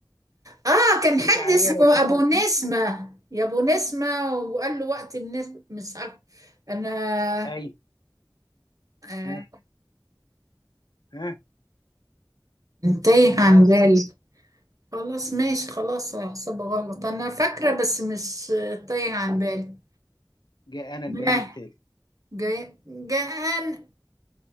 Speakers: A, on the right (about 50°); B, on the left (about 75°).
A: اه كان حد
B: ليك عليا
A: اسمه
B: لو خسرت
A: ابو نسمة يا ابو نسمة وقال له وقت الناس مش عارف انا
B: اي
A: آه
B: ها ها
A: تايه
B: خلاص
A: عن بالي خلاص ماشي خلاص هحسبه غلط انا فاكرة بس مش آه، تايه عن بالي
B: جاء انا
A: ما
B: البيان التالي
A: جاي جاءان